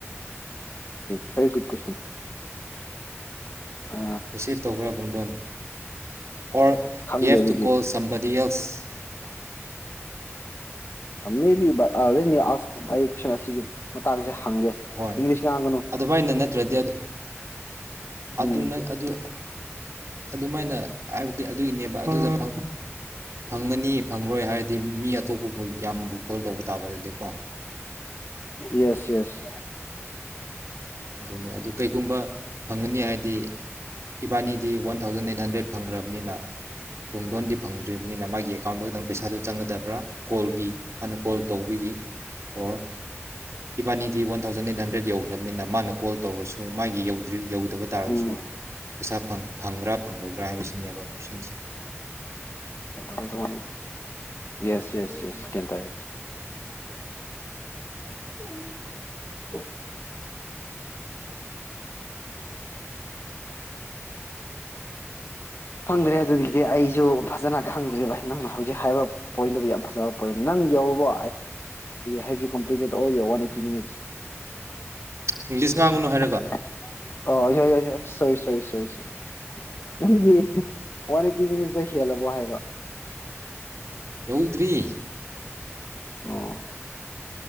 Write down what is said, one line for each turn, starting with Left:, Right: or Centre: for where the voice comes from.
Left: ꯐꯔꯤꯒꯨꯗ ꯀꯁꯟ ꯑ
Right: ꯔꯤꯁꯤꯞ ꯇꯧꯈ꯭ꯔꯥ ꯄꯨꯡꯗꯣꯟ ꯑꯣꯔ
Left: ꯈꯪꯗꯦ
Right: ꯍꯤ ꯍꯦꯞ
Left: ꯑꯗꯨꯗꯤ
Right: ꯇꯨ ꯀꯣꯜ ꯁꯝꯕꯗꯤ ꯑꯦꯛꯁ <inaudible>
Left: ꯃꯦ ꯕꯤ ꯑ ꯑꯩ ꯀꯨꯁꯟ ꯑꯁꯤꯒꯤ ꯃꯇꯥꯡꯁꯦ ꯍꯪꯒꯦ
Right: ꯍꯣꯏ
Left: ꯏꯪꯂꯤꯁ ꯉꯥꯡꯒꯅꯨ
Right: ꯑꯗꯨꯃꯥꯏꯅ ꯅꯠꯇ꯭ꯔꯗꯤ ꯑꯗꯨ
Left: ꯎꯝ
Right: ꯑꯗꯨꯅ ꯑꯗꯨ ꯑꯗꯨꯃꯥꯏꯅ ꯍꯥꯏꯕꯗꯤ ꯑꯗꯨꯒꯤꯅꯦꯕ ꯑꯗꯨꯗꯪ ꯐꯪꯉꯅꯤ ꯐꯪꯔꯣꯏ ꯍꯥꯏꯔꯗꯤ ꯃꯤ ꯑꯇꯣꯞꯄꯕꯨ ꯌꯥꯝꯕꯨ ꯀꯣꯜ ꯇꯧꯕ ꯇꯥꯕ ꯑꯗꯨꯗꯤ ꯀꯣ
Left: ꯌꯦꯁ ꯌꯦꯁ
Right: ꯑꯗꯨꯅꯤ ꯑꯗꯨ ꯀꯩꯒꯨꯝꯕ ꯐꯪꯒꯅꯤ ꯍꯥꯏ ꯗꯤ ꯏꯕꯥꯅꯤꯗꯤ ꯋꯥꯟ ꯊꯥꯎꯖꯟ ꯑꯩꯠ ꯍꯟꯗ꯭ꯔꯦꯠ ꯐꯪꯈ꯭ꯔꯕꯅꯤꯅ ꯄꯨꯡꯗꯣꯟꯗꯤ ꯐꯪꯗ꯭ꯔꯤꯕꯅꯤꯅ ꯃꯥꯒꯤ ꯑꯦꯀꯥꯎꯟꯗ ꯈꯛꯇꯪ ꯄꯩꯁꯥꯗꯨ ꯆꯪꯒꯗꯕ꯭ꯔꯥ ꯀꯣꯜꯒꯤ ꯍꯥꯟꯅ ꯀꯣꯜ ꯇꯧꯕꯤꯈꯤ ꯑꯣꯔ ꯏꯕꯥꯅꯤꯗꯤ ꯋꯥꯟ ꯊꯥꯎꯖꯟ ꯑꯩꯠ ꯍꯟꯗ꯭ꯔꯦꯗ ꯌꯧꯈ꯭ꯔꯅꯤꯅ ꯃꯥꯅ ꯀꯣꯜ ꯇꯧꯔꯁꯨ ꯃꯥꯒꯤ꯭ ꯌꯧꯗꯕ ꯇꯥꯔꯁꯨ
Left: ꯎꯝ
Right: ꯄꯩꯁꯥ ꯐꯪꯕ꯭ꯔꯥ ꯐꯪꯕꯣꯏꯕ꯭ꯔꯥ ꯍꯥꯏꯕꯁꯤꯅꯦꯕ ꯀꯣꯏꯁꯟꯁꯦ
Left: ꯊ ꯌꯦꯁ ꯌꯦꯁ ꯌꯦꯁ ꯒꯌ꯭ꯥꯟ ꯇꯔꯦ <inaudible> ꯈꯪꯗ꯭ꯔꯦ ꯑꯗꯨꯒꯤꯗꯤ ꯑꯩꯁꯨ ꯐꯖꯅ ꯈꯪꯗ꯭꯭ꯔꯦꯕ ꯅꯪꯅ ꯍꯧꯖꯤꯛ ꯍꯥꯏꯕ ꯄꯣꯏꯟꯗꯨꯕꯨ ꯌꯥꯝ ꯐꯖꯕ ꯄꯣꯏꯟ ꯅꯪ ꯌꯧꯨꯔꯕꯣ ꯍꯦ U complete all your one eighty minutes
Right: English ꯉꯥꯡꯒꯅꯨ
Left: <inaudible>
Right: ꯍꯥꯏꯔꯒ
Left: ꯑꯣ ꯍꯏ ꯍꯣꯏ ꯁꯣꯏ ꯁꯣꯔꯤ ꯁꯣꯔꯤ ꯁ ꯅꯪꯒꯤ ꯋꯥꯟ ꯑꯦꯠꯇꯤ ꯃꯤꯅꯤꯠꯇꯩ ꯍꯦꯜꯂꯕꯣ ꯍꯥꯏꯕ
Right: ꯌꯧꯗ꯭ꯔꯤ
Left: ꯑꯣ